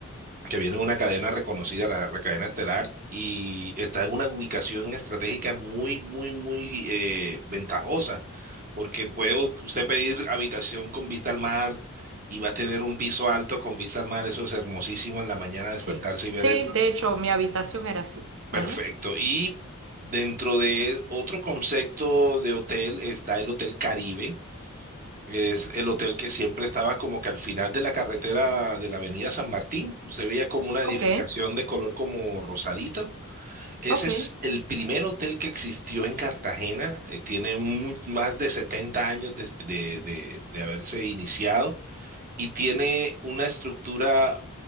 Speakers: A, on the right (about 40°); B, on the right (about 65°).
A: que viene de una cadena reconocida, la, la cadena estelar, y está en una ubicación estratégica muy, muy, muy eh, ventajosa, porque puede u- usted pedir habitación con vista al mar y va a tener un piso alto con vista al mar, eso es hermosísimo en la mañana despertarse
B: Sí.
A: y ver
B: Sí,
A: eso.
B: de hecho, mi habitación era así.
A: Perfecto.
B: Ajá.
A: Y dentro de otro concepto de hotel está el Hotel Caribe es el hotel que siempre estaba como que al final de la carretera de la avenida San Martín, se veía como una edificación
B: Ok.
A: de color como rosadito. Ese
B: Ok,
A: es el primer hotel que existió en Cartagena, eh, tiene mu- más de 70 años de, de- de- de haberse iniciado y tiene una estructura